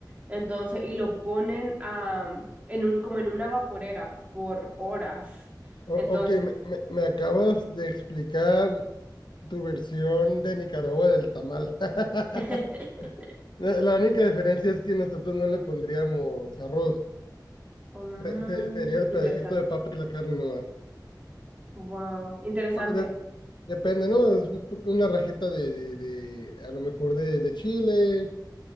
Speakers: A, on the right (about 20°); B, on the left (about 85°).
A: Entonces, y lo ponen a, en un, como en una vaporera por horas.
B: O-
A: Entonces,
B: ok, me, me- me acabas de explicar tu versión de Nicaragua del tamal. <laughs>
A: <laughs>
B: La, la única diferencia es que nosotros no le pondríamos arroz.
A: mm,
B: Se- se- sería el pedacito
A: interesante.
B: de papa y la carne nomás.
A: Wow, interesante.
B: Bueno, de- depende, ¿no? Es un po- una rajita de, de, de- a lo mejor de, de chile,